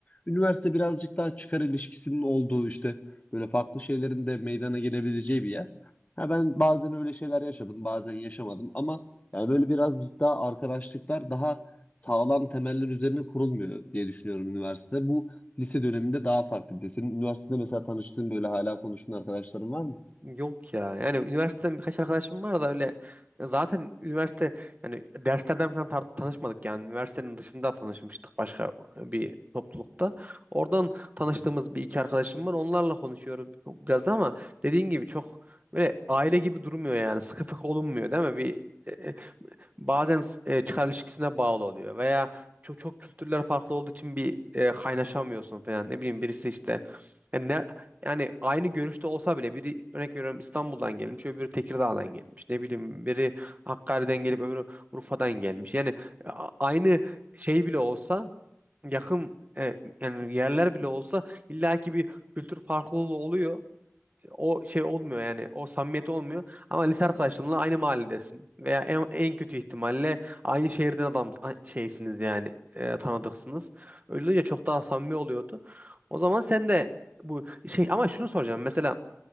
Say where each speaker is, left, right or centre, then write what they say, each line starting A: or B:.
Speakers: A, on the left (about 30°); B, on the right (about 30°).
A: Üniversite birazcık daha çıkar ilişkisinin olduğu işte böyle farklı şeylerin de meydana gelebileceği bir yer. Ha ben bazen öyle şeyler yaşadım, bazen yaşamadım ama yani böyle biraz daha arkadaşlıklar daha sağlam temeller üzerine kurulmuyor diye düşünüyorum üniversitede. Bu lise döneminde daha farklıydı. Senin üniversitede mesela tanıştığın böyle hala konuştuğun arkadaşların var mı?
B: Yok ya. Yani üniversiteden birkaç arkadaşım var da öyle zaten üniversite yani derslerden falan tar- tanışmadık yani. Üniversitenin dışında tanışmıştık başka e, bir toplulukta. Oradan tanıştığımız bir iki arkadaşım var. Onlarla konuşuyoruz biraz da ama dediğin gibi çok böyle aile gibi durmuyor yani. Sıkı fıkı olunmuyor değil mi? Bir e, e, bazen e, çıkar ilişkisine bağlı oluyor veya çok çok kültürler farklı olduğu için bir e, kaynaşamıyorsun falan ne bileyim birisi işte yani, ne, yani aynı görüşte olsa bile biri örnek veriyorum İstanbul'dan gelmiş öbürü Tekirdağ'dan gelmiş ne bileyim biri Hakkari'den gelip öbürü Urfa'dan gelmiş yani e, a- aynı şey bile olsa yakın e, yani yerler bile olsa illaki bir kültür farklılığı oluyor o şey olmuyor yani o samimiyet olmuyor ama lise arkadaşınla aynı mahalledesin veya en, en kötü ihtimalle aynı şehirden adam a- şeysiniz yani e, tanıdıksınız. Öyle olunca çok daha samimi oluyordu. O zaman sen de bu şey ama şunu soracağım mesela